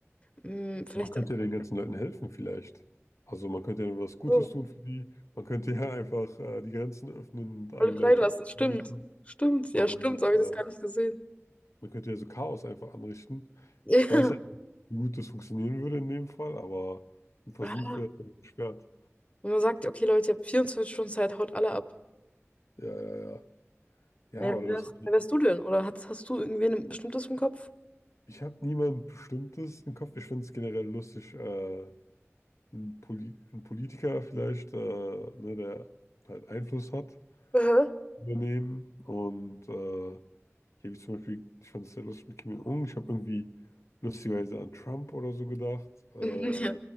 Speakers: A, on the left; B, on the left.
A: Hm, vielleicht
B: Man könnte
A: dann
B: ja den ganzen Leuten helfen vielleicht. Also man könnte ja was Gutes
A: so,
B: tun für die, man könnte ja <laughs> einfach äh, die Grenzen öffnen und alle
A: alle freilassen.
B: Leute
A: Stimmt.
B: lassen
A: Stimmt.
B: und
A: Ja, stimmt. So habe
B: äh,
A: ich das gar nicht gesehen.
B: Man könnte ja so Chaos einfach anrichten.
A: <laughs>
B: Ich weiß Mhm. halt nicht, wie gut das funktionieren würde in dem Fall, aber ein Versuch
A: Ja.
B: wäre es dann nicht wert.
A: Wenn man sagt, okay, Leute, ihr habt 24 Stunden Zeit, haut alle ab.
B: Ja, ja, ja. Ja,
A: Naja,
B: oder
A: wer
B: das.
A: wärst, wer wärst du denn? Oder hast, hast du irgendwen ein bestimmtes im Kopf?
B: Ich habe niemand Bestimmtes im Kopf. Ich finde es generell lustig, äh, ein, Poli ein Politiker vielleicht, äh, ne, der halt Einfluss hat,
A: Aha.
B: übernehmen. Und äh, ja, wie zum Beispiel, ich fand es sehr lustig mit Kim Jong-un. Ich habe irgendwie lustigerweise an Trump oder so gedacht. Äh,
A: <laughs> Ja.